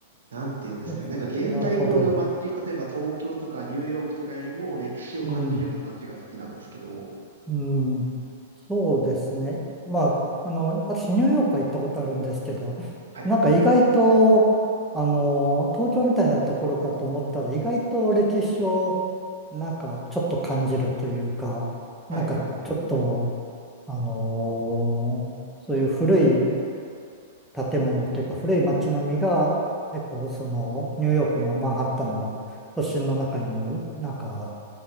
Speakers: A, on the right (about 65°); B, in the centre.
A: なんていうんですかね、
B: あなるほど。
A: なんか現代風の街、例えば東京とかニューヨークとかよりも歴史を感じるような街が好きなんですけど、
B: うん。うん、そうですね。まあ、あの、私、ニューヨークは行ったことあるんですけど、
A: はい、
B: なんか意外と、あの、東京みたいなところかと思ったら、意外と歴史を、なんかちょっと感じるというか、なんかちょっと、
A: はいはいはい。
B: あのそういう古い建物というか、古い街並みが、結構、その、ニューヨークのマンハッタンの都心の中にも、なんか、